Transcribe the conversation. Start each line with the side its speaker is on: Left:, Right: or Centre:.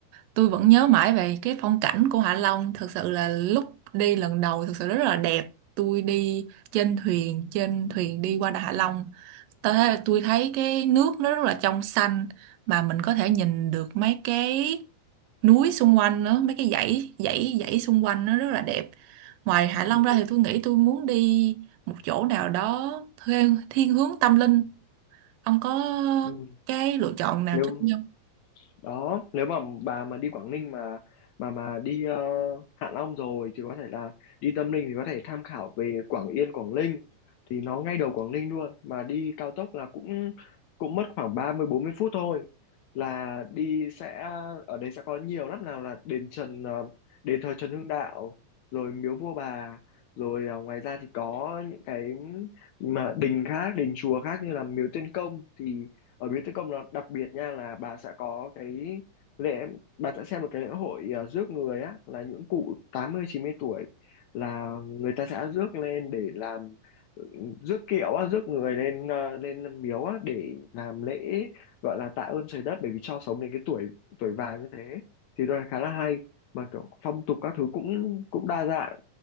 Right: tôi vẫn nhớ mãi về cái phong cảnh của Hạ Long thực sự là lúc đi lần đầu thực sự rất là đẹp tôi đi trên thuyền trên thuyền đi qua Đà Hạ Long tôi thấy tôi thấy cái nước nó rất là trong xanh mà mình có thể nhìn được mấy cái núi xung quanh nữa mấy cái dãy dãy dãy xung quanh nó rất là đẹp ngoài Hạ
Left: Ừm,
Right: Long ra thì tôi nghĩ tôi muốn đi một chỗ nào đó thiên, thiên hướng tâm linh ông có
Left: ừm.
Right: cái lựa chọn nào
Left: nếu
Right: cho tôi không?
Left: đó nếu mà bà mà đi Quảng Ninh mà mà mà đi ờ, Hạ Long rồi thì có thể là đi Tâm Linh thì có thể tham khảo về Quảng Yên Quảng Ninh thì nó ngay đầu Quảng Ninh luôn mà đi cao tốc là cũng cũng mất khoảng ba mươi bốn mươi phút thôi là đi sẽ ở đây sẽ có nhiều lắm nào là đền Trần ờ, đền thờ Trần Hưng Đạo rồi miếu vua bà rồi ờ, ngoài ra thì có những cái mà đình khác đình chùa khác như là miếu Tiên Công thì ở Biến Tri Công nó đặc biệt nha là bà sẽ có cái lễ bà sẽ xem một cái lễ hội ờ, rước người á là những cụ tám mươi chín mươi tuổi là người ta sẽ rước lên để làm ừ, rước kiệu á rước người lên ờ, lên miếu á để làm lễ gọi là tạ ơn trời đất bởi vì cho sống đến cái tuổi tuổi vàng như thế thì tôi thấy khá là hay mà kiểu phong tục các thứ cũng cũng đa dạng